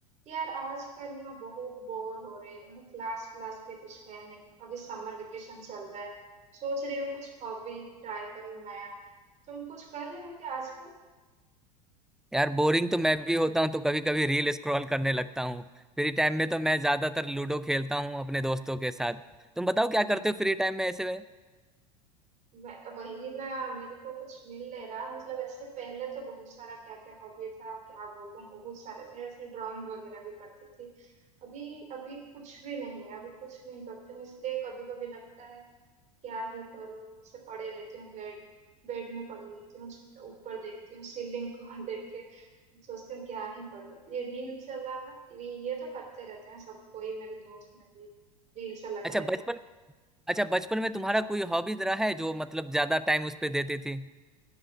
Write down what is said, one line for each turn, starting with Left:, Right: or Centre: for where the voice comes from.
Right: यार आजकल ना बहुत बोर हो रही हूँ क्लास क्लास भी कुछ है नहीं अभी समर वेकेशन चल रहा है सोच रही हूँ कुछ हॉबी ट्राई करूँ नया तुम कुछ कर रहे हो क्या आजकल
Centre: यार बोरिंग तो मैं भी होता हूँ तो कभी कभी रील स्क्रॉल करने लगता हूँ फ्री टाइम में तो मैं ज्यादातर लूडो खेलता हूँ अपने दोस्तों के साथ तुम बताओ क्या करते हो फ्री टाइम में ऐसे में
Right: वह- वही ना मेरे को कुछ मिल नहीं रहा मतलब ऐसे पहले तो बहुत सारा क्या क्या हॉबी था क्या बोलूं बहुत सारे थे ऐसे ड्राइंग वगैरह भी करती थी अभी अभी कुछ भी नहीं है अभी कुछ नहीं करती हूँ इसलिए कभी कभी लगता है क्या ही करूं ऐसे पड़े रहती हूँ बेड बेड में पड़े रहती हूँ ऊपर देखती हूँ सीलिंग को <laughs> देख के सोचती हूँ क्या ही करूँ ये रील चलाना ये ये तो करते रहते हैं सब कोई मेरे दोस्त में भी रील चलाते
Centre: अच्छा
Right: रहते
Centre: बचपन
Right: हैं
Centre: अच्छा बचपन में तुम्हारा कोई हॉबी रहा है जो मतलब ज्यादा टाइम उस पे देती थी